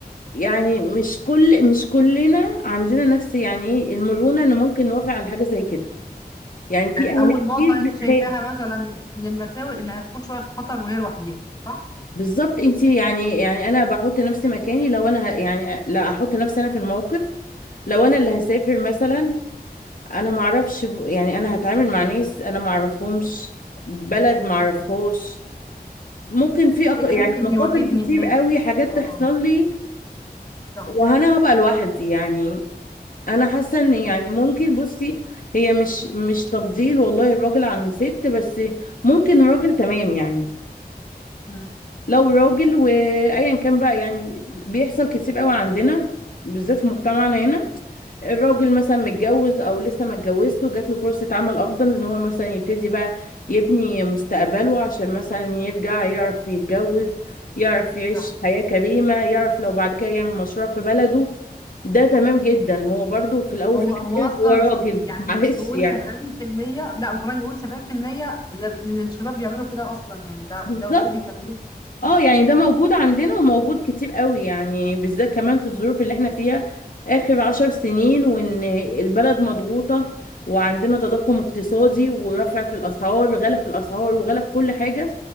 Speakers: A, on the left; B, on the left.
A: يعني مش كل مش كلنا عندنا نفس يعني ايه المرونة ان ممكن نوافق على حاجة زي كده يعني في
B: يعني
A: اهل
B: اول نقطة
A: كتير بتخاف
B: انت شايفاها مثلا من المساوئ انها تكون شوية في خطر وهي لوحديها صح
A: بالظبط انت يعني يعني انا بحط نفسي مكاني لو انا ه- يعني لا احط نفسي انا في الموقف لو انا اللي هسافر مثلا انا ما اعرفش ب- يعني انا هتعامل مع ناس انا ما اعرفهمش بلد ما اعرفهاش
B: مم.
A: ممكن في أخ...
B: ايه
A: يعني
B: اللي ممكن
A: مخاطر
B: يواجهني
A: كتير
B: هناك
A: قوي حاجات
B: اه
A: تحصل لي
B: صح
A: وانا هبقى لوحدي يعني انا حاسه ان يعني ممكن بصي هي مش مش تفضيل والله الراجل عن الست بس ممكن الراجل تمام يعني
B: مم.
A: لو راجل وايا كان بقى يعني بيحصل كتير قوي عندنا بالذات في مجتمعنا هنا الراجل مثلا متجوز او لسه ما اتجوزش وجات له فرصة عمل افضل ان هو مثلا يبتدي بقى يبني مستقبله عشان مثلا يرجع يعرف يتجوز يعرف يعيش
B: صح
A: حياة كريمة يعرف لو بعد كده يعمل مشروع في بلده ده تمام جدا هو برضو في الاول
B: هو
A: في الاخر
B: هو اصلا
A: هو راجل
B: يعني
A: <laughs> معلش
B: ن- نقول
A: يعني
B: 70% لا وكمان نقول 70% من ال- من الشباب بيعملوا كده اصلا يعني ده
A: بالظبط
B: ده اوريدي بيعملوه
A: اه
B: اه
A: يعني ده موجود عندنا وموجود كتير قوي يعني بالذات كمان في الظروف اللي احنا فيها اخر عشر سنين وان البلد مضغوطة وعندنا تضخم اقتصادي ورفع في الاسعار وغلا في الاسعار وغلا في كل حاجة